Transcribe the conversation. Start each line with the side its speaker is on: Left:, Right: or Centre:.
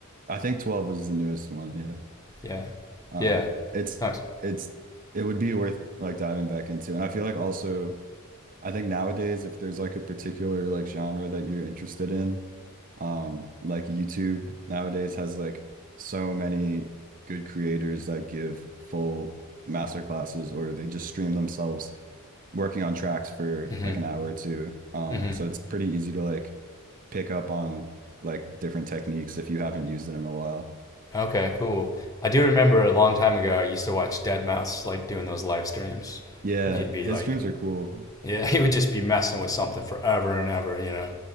Right: I think 12 is the newest one, yeah.
Left: Yeah,
Right: um
Left: yeah.
Right: it's
Left: Nice.
Right: it's it would be worth like diving back into and i feel like also i think nowadays if there's like a particular like genre that you're interested in um like youtube nowadays has like so many good creators that give full master classes or they just stream themselves working on tracks for
Left: hmm
Right: like an hour or two um
Left: hmm
Right: so it's pretty easy to like pick up on like different techniques if you haven't used it in a while
Left: Okay, cool. I do remember a long time ago I used to watch Deadmau5 like doing those live streams,
Right: yeah
Left: and he'd be
Right: his
Left: like,
Right: streams are cool
Left: yeah, <laughs> he would just be messing with something forever and ever, you know,